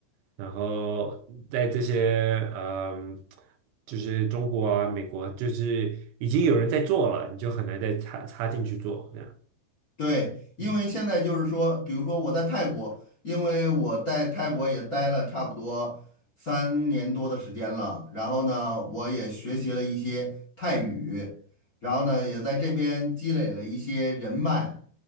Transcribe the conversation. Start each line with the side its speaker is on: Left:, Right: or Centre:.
Right: 然后在这些嗯，就是中国啊、美国，就是已经有人在做了，你就很难再插插进去做这样。
Left: 对，因为现在就是说，
Right: 嗯
Left: 比如说我在泰国，因为我在泰国也待了差不多三年多的时间了，然后呢，我也学习了一些泰语，然后呢，也在这边积累了一些人脉，